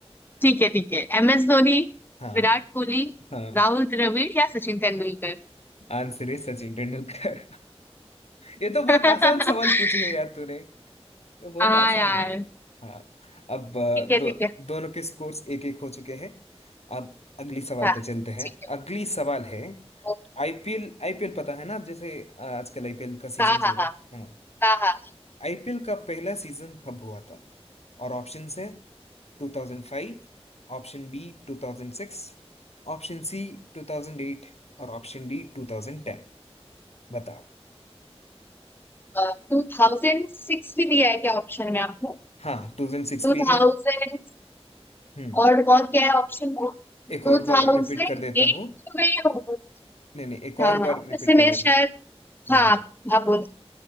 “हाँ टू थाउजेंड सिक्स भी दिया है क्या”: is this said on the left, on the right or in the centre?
Left